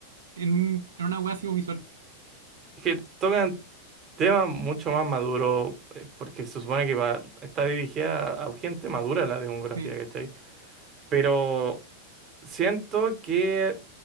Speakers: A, on the right; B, on the right.
A: en, un- en una wea así como visual,
B: es que tocan tema mucho más maduro, eh, porque se supone que va, está dirigida a, a gente madura la demografía,
A: sí.
B: ¿cachai? Pero siento que